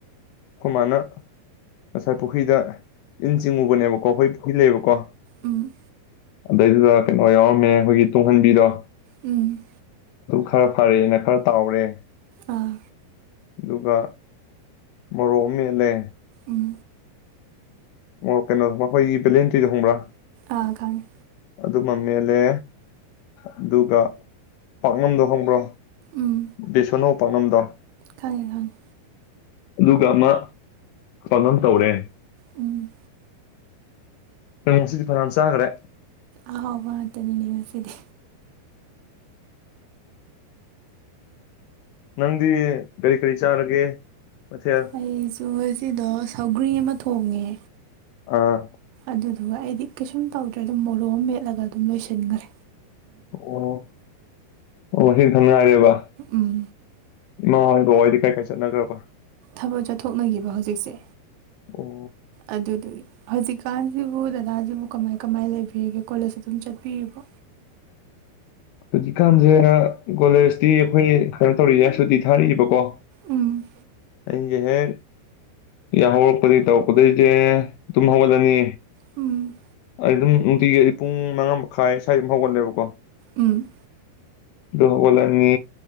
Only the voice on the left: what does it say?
ꯈꯣꯏꯃꯥꯅ ꯉꯁꯥꯏ ꯄꯨꯈ꯭ꯔꯤꯗ ꯏꯟ ꯆꯤꯡꯉꯨꯕꯅꯦꯕꯀꯣ ꯑꯩꯈꯣꯏ ꯄꯨꯈ꯭ꯔꯤ ꯂꯩꯕꯀꯣ
ꯑꯗꯩꯗꯨꯗ ꯀꯩꯅꯣ ꯌꯥꯎꯔꯝꯃꯦ ꯑꯩꯈꯣꯏꯒꯤ ꯇꯨꯡꯍꯟꯕꯤꯗꯣ
ꯈꯔ ꯐꯔꯦꯅ ꯈꯔ ꯇꯥꯎꯔꯦ
ꯑꯗꯨꯒ ꯃꯔꯣꯛ ꯑꯝ ꯃꯦꯠꯂꯦ
ꯑꯣ ꯀꯩꯅꯣ ꯃꯈꯣꯏꯒꯤ ꯚꯦꯂꯦꯟꯇꯤꯗ ꯈꯪꯕ꯭ꯔꯥ
ꯑꯗꯨꯃ ꯃꯦꯜꯂꯦ ꯑꯗꯨꯒ ꯄꯥꯛꯅꯝꯗꯣ ꯈꯪꯕ꯭ꯔꯣ
ꯕꯤꯁꯣꯟꯅꯣ ꯄꯥꯛꯅꯝꯗ
ꯑꯗꯨꯒ ꯑꯃ ꯄꯥꯡꯅꯝ ꯇꯧꯔꯦ
ꯉꯁꯤꯗꯤ ꯐꯅꯥꯌꯥꯟ ꯆꯥꯒ꯭ꯔꯦ
ꯅꯪꯗꯤ ꯀꯔꯤ ꯀꯔꯤ ꯆꯥꯔꯒꯦ ꯃꯊꯦꯜ
ꯑ
ꯑꯣ ꯑꯣ ꯁꯤ ꯉꯥꯏꯔꯦꯕ
ꯏꯃꯥ ꯍꯣꯏ ꯕꯕꯥ ꯍꯣꯏꯗꯤ ꯀꯥꯏ ꯀꯥꯏ ꯆꯠꯅꯒ꯭ꯔꯕ
ꯑꯣ
ꯍꯧꯖꯤꯛꯀꯥꯟꯁꯦ ꯀꯣꯂꯦꯖꯇꯤ ꯑꯩꯈꯣꯏ ꯀꯩꯅꯣ ꯇꯧꯔꯤꯌꯦ ꯍꯥꯏ ꯁꯨꯇꯤ ꯊꯥꯔꯤꯌꯦꯕꯀꯣ
ꯑꯩ ꯍꯦꯛ ꯌꯥ ꯍꯧꯔꯛꯄꯗꯩ ꯇꯧꯕꯒꯩꯖꯦ ꯇꯨꯝ ꯍꯧꯒꯠꯂꯅꯤ
ꯑꯗꯨꯝ ꯎꯝ ꯅꯨꯡꯇꯤꯒꯤ ꯄꯨꯡ ꯃꯉꯥ ꯃꯈꯥꯏ ꯁ꯭ꯋꯥꯏꯗ ꯑꯗꯨꯝ ꯍꯧꯒꯠꯂꯦꯕꯀꯣ
ꯑꯗꯨ ꯍꯧꯒꯠꯂꯅꯤ